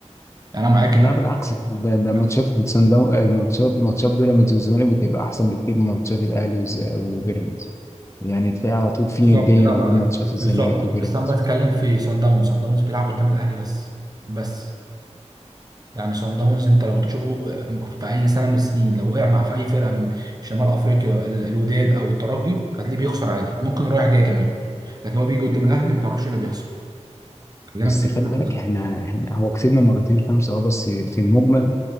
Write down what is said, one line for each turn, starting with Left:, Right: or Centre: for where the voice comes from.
Right: يعني انا معاك
Left: لا
Right: ان
Left: بالعكس ده ده
Right: أنا-
Left: ماتشات سان داونز ماتشات ماتشات بيراميدز والزمالك بتبقى احسن بكتير من ماتشات الاهلي وز- وبيراميدز يعني تلاقي على طول
Right: بالظبط
Left: في ندية
Right: لا
Left: ما
Right: بقى
Left: بين ماتشات الزمالك
Right: بالظبط
Left: وبيراميدز
Right: بس انا بتكلم في صن داونز صن داونز بيلعب قدام الاهلي بس بس يعني صن داونز انت لو تشوفه في اي سنه من السنين لو وقع مع في اي فرقه من شمال افريقيا ال- الوداد او الترجي هتلاقيه بيخسر عادي ممكن رايح جاي كمان لكن هو بيجي قدام الاهلي ما تعرفش ايه اللي بيحصل خلينا
Left: بس
Right: متفقين
Left: خلي
Right: على
Left: بالك
Right: الجزء
Left: احنا,
Right: ده
Left: احنا هو كسبنا مرتين خمسة اه بس في المجمل